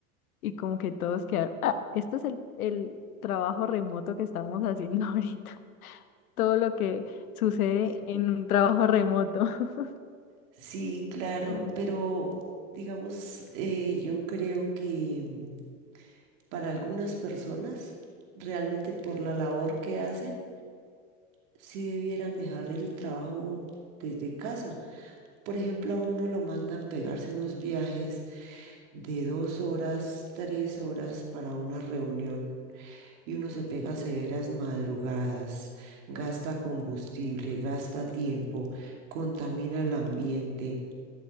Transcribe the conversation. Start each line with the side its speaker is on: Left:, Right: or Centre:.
Left: y como que todos quedaron, ah, esto es el, el trabajo remoto que estamos <laughs> haciendo ahorita, todo lo que sucede en un trabajo remoto. <laughs>
Right: Sí, claro,
Left: Ujú.
Right: pero digamos, eh, yo creo que mm, para algunas personas, realmente por la labor que hacen, sí debieran dejar el trabajo desde casa. Por ejemplo, a uno lo mandan pegarse unos viajes de dos horas, tres horas para una reunión y uno se pega severas madrugadas, gasta combustible, gasta tiempo, contamina el ambiente,